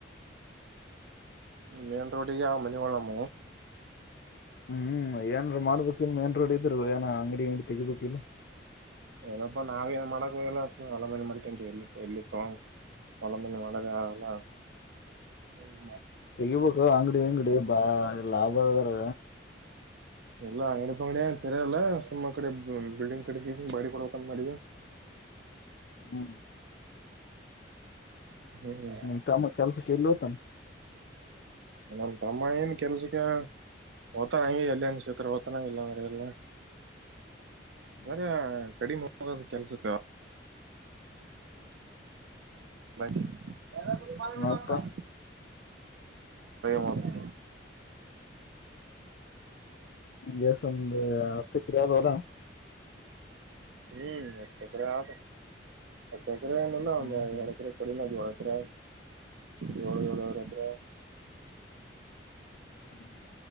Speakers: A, on the right; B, on the left.
A: ಮೇನ್ ರೋಡಿಗೆ ಮಣಿಿವಳಮ
B: ಹ್ಮ್ ಏನ್ ಮಾಡ್ಬೇಕಿಲ್ ಮೇನ್ ರೋಡ್ ಇದ್ರು ಏನ ಅಂಗಡಿ ಅಂಗಡಿ ತೆಗಿಬೇಕಿಲ್
A: ಎಲ್ಲಪ್ಪಾ ನಾವ್ ಏನ್ ಮಾಡಕ ಎಲ್ಲಲ ಮ ಮಾಡ್ಕಂತ ಎ ಎಲ್ಲಿ ತೊಂಗ ಒಲ ಮಿನ ಮಾಡಳಗಲ್ಲ ಮ
B: ತೆಗಿಬೇಕ ಅಂಗಡಿ ಅಂಗಡಿ ಬಾ ಲಾಭ ಅದಾರ
A: ಇಲ್ಲಾ ಅಂಗಡಿ ಪ ಅಂಗಡಿಯ ತೆರಲ್ಲ ಸುಮ್ಮ ಕಡೆ ಬಿಲ್ಡಿಂಗ್ ಕಡಿಸಿ ಬಾಡಿ ಕೊಡಕ ಮಾಡ
B: ಹ್ಮ
A: ಹ್ಮ್
B: ಹ್ಮ ತಮ್ಮ ಕೆಲ್ಸಕ್ಕೆ ಎಲ್ಲಿೋತಾನ
A: ನಮ ತಮ್ಮ ಏನ್ ಕೆಲ್ಸಕ್ಕೆ ಓತಾನಂಗ ಎಲ್ಲಿಯಾಣ ಸಕ್ಕ್ರ ಓತಾನ ಇಲ್ಲಂದ್ರ ಎಲ್ಲ
B: ಹ್ಮ್
A: ಅ್ರ ಕಡಿಮ ಹೋದ ಕೆಲ್ಸಕ್ಕ ಬ ಯಲ್ಲ ಬ ಬರವದ
B: ಅಪ್ಪ
A: ಮಾಡ
B: ದೇಸಂದ ಹತ್ತು ಎಕರೆ ಆದವರ
A: ಹ್ಮ್ ಎತ್ತು ಎಕರೆ ಆ ಹತ್ತ ಎಕರೆ ಏನಲ್ಲ ಒಂದು
B: ಹ್ಮ್ ಹ್ಮ್
A: ಎರಡು ಎಕರೆ ಕೊಡಿಮದ ಒಳ ಹತ್ರ ಏಳು ಏಳ ಏರ ಹತ್ರ
B: ಹ್ಮ್